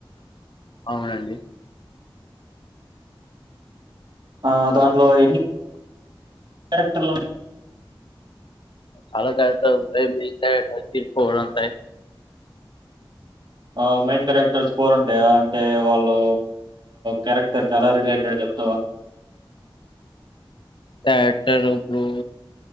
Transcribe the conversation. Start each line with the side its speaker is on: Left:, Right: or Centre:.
Left: అవునండి
Right: ఆ దాంట్లో ఎన్ని క్యారెక్టర్లు
Left: చాలా తత మీ సిర్ ఫ రంతాయి
Right: ఆ మెయిన్ క్యారెక్టర్స్ ఫర్ ఉంటాయా అంటే వాళ్ళు క్యారెక్టర్ క ఎలా రిలేటెడ్ చెప్తావా
Left: థక్టర్ ఇప్పుడు